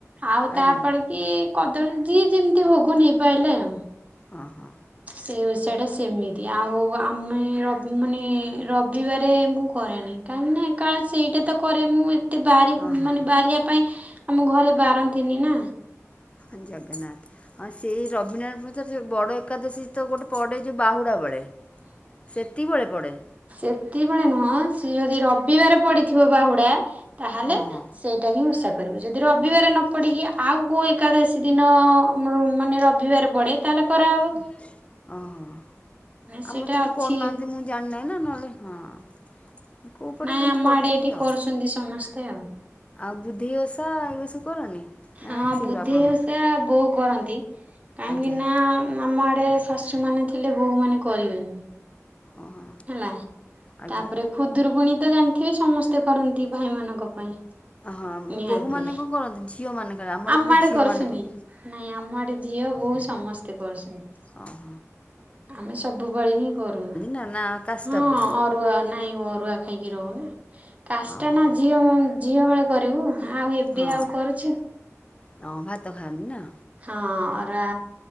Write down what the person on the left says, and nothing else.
ଆଜ୍ଞା
ହଁ ହଁ।
ହଁ ହଁ
ଜଗନ୍ନାଥ୍। ହଁ ସେଇ ରବୀଣାପଥ ଯୋଉ ବଡ଼ ଏକାଦଶୀ ତ ଗୋଟେ ପଡ଼େ ଯୋଉ ବାହୁଡ଼ା ବେଳେ। ସେତିକୀ ବେଳେ ପଡ଼େ।
ଓହୋ
ଓହୋ।
ଆମର‌ ତ ଏଠି
ତ କରୁନାହାନ୍ତି ମୁଁ ଜାଣି ନାଇଁ ନା ନହେଲେ ହଁ। କୋଉ ପଟେ
କେମତି
କରୁଚନ୍ତି
ଆଉ।
ଆଉ ବୁଦ୍ଧେଇ ଓଷା ଏଇଗୁଡା ସବୁ କରନି। ନା
ନାହିଁ ସେଗୁରା
ଆପଣଙ୍କର
ଆଜ୍ଞା
ଓହୋ
ଆଜ୍ଞା
ହଁ
ବୋହୂ ମାନେ କଣ କରନ୍ତି ଝିଅ ମାନଙ୍କରେ ଆମର
ଏପଟେ
ଝିଅ
ମାନଙ୍କ
ଅହ।
ନା ନା କାଷ୍ଟା
ପୁରା
ଓହୋ
ହଁ
ହଁ ଭାତ ଖାଅନିି ନାଁ।